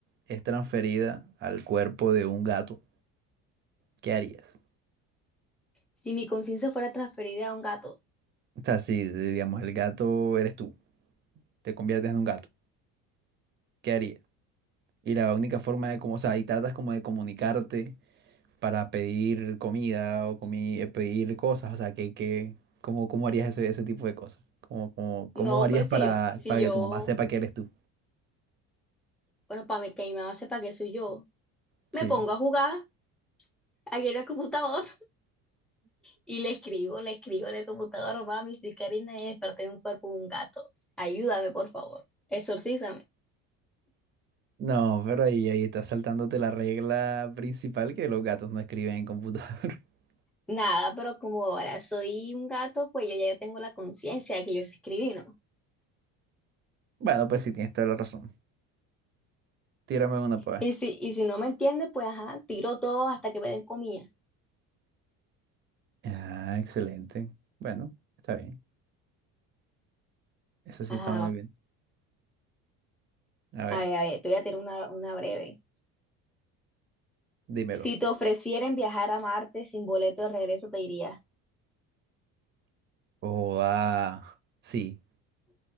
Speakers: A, on the right; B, in the centre.
A: es transferida al cuerpo de un gato. ¿Qué harías?
B: Si mi conciencia fuera transferida a un gato.
A: O sea, si si, digamos el gato eres tú, te conviertes en un gato, ¿qué harías? Y la única forma de como, o sea, y tratas como de comunicarte para pedir comida o comi- eh, pedir cosas, o sea, que, que, ¿cómo, cómo harías ese, ese tipo de cosas? ¿Cómo, cómo, cómo
B: No,
A: harías
B: pues
A: para,
B: si yo, si
A: para
B: yo,
A: que tu mamá sepa que eres tú?
B: bueno, para que mi mamá sepa que soy yo,
A: Sí.
B: me pongo a jugar aquí en el computador. Y le escribo, le escribo en el computador, mami, soy Karina y desperté de un cuerpo de un gato. Ayúdame, por favor. Exorcízame.
A: No, pero ahí, ahí estás saltándote la regla principal que los gatos no escriben en computador. <laughs>
B: Nada, pero como ahora soy un gato, pues yo ya tengo la conciencia de que yo sé escribir, ¿no?
A: Bueno, pues sí, tienes toda la razón. Tírame una para
B: Y
A: ver.
B: si, y si no me entiende, pues ajá, tiro todo hasta que me den comida.
A: Ah, excelente. Bueno, está bien. Eso sí
B: Ajá,
A: está muy bien. A ver,
B: a ver, a ver, te voy a tirar una, una breve.
A: dímelo.
B: Si te ofrecieren viajar a Marte sin boleto de regreso, te irías
A: Oh, ah, sí,